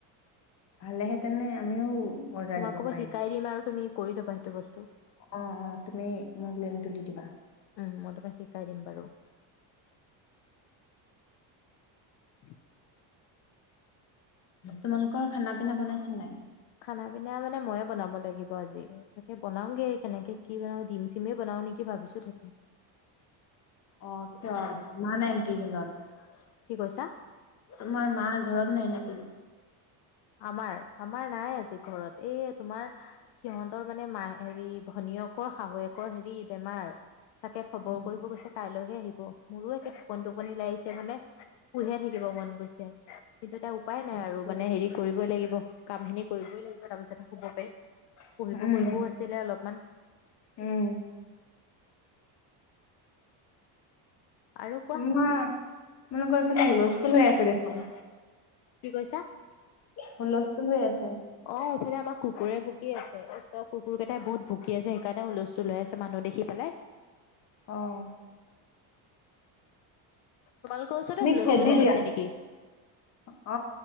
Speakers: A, on the left; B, on the left.
A: ভালেহেতেনে আমিও। অৰ্ডাৰ
B: তোমাকোবো
A: দিব পাৰিম
B: শিকাই দিম আৰু তুমি। কৰি ল'বা সেইটো বস্তু।
A: অ অ তুমি মোক লেনটো দি দিবা।
B: উম মই তোমাক শিকাই দিম বাৰু। হয়।
A: তোমালোকৰ খানা পিনা বনাইছ নাই।
B: খানা পিনা মানে ময়ে বনাব লাগিব আজি তাকে বনাওগে কেনেকে কি বনাও ডিম চিমেই বনাও নেকি ভাবিছো থাকে।
A: অ মোৱা নাই নেকি ঘৰত।
B: কি কৈছা?
A: তোমাৰ মা ঘৰত। নাই নেকি?
B: আমাৰ। আমাৰ নাই আজি ঘৰত এই। তোমাৰ সিহঁতৰ মানে মা হেৰি ভনীয়েকৰ শাহুৱেকৰ হেৰি বেমাৰ। তাকে খবৰ
A: উম।
B: কৰিব গৈছে কাইলৈহে আহিব মোৰো একে টোপনি টোপনি লাই আহিছে মানে পুহে থাকিব মন গৈছে কিন্তু এটা উপায় নাই
A: আচ্ছা
B: আৰু মানে হেৰি। কৰিবই লাগিব কাম খিনি কৰিবই লাগিব তাৰ পিছতহে শুব পাৰিম
A: উম
B: পঢ়িব কৰিবও আছিলে অলপমান।
A: উম
B: আৰু কোৱা
A: উ মোকৰ ফালে হুলস্থুল হৈ আছে দেখোন।
B: কি কৈছা।
A: হুলস্থুল হৈ আছে।
B: অ এইফালে আমাৰ কুকুৰে ভুকি আছে কুকুৰ কেইটাই বহুত ভুকি আছে সেইকাৰণে হুলস্থুল লৈ আছে মানুহ দেখি পেলাই।
A: আহ।
B: তোমালোকৰ ওচৰত হুলস্থুল
A: খেদি
B: হৈ
A: দিয়া।
B: আছে নেকি!
A: অ